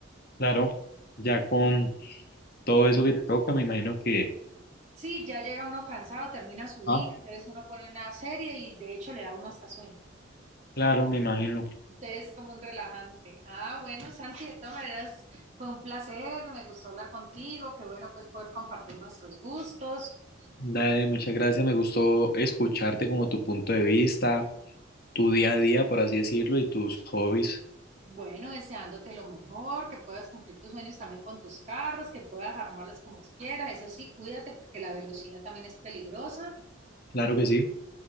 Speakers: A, on the left; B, on the right.
A: Claro, ya con todo
B: Y
A: eso que te toca, me imagino que,
B: sí, ya llega uno cansado, termina su día,
A: Ah,
B: entonces uno pone una serie y de hecho le da uno hasta sueño.
A: claro, me imagino.
B: Entonces es como un relajante. Ah, bueno, Santi, de todas maneras fue un placer, me gustó hablar contigo, qué bueno pues poder compartir nuestros gustos.
A: Dale, muchas gracias. Me gustó escucharte como tu punto de vista, tu día a día, por así decirlo, y tus hobbies.
B: Bueno, deseándote lo mejor, que puedas cumplir tus sueños también con tus carros, que puedas armarlos como quieras. Eso sí, cuídate porque la velocidad también es peligrosa.
A: Claro que sí.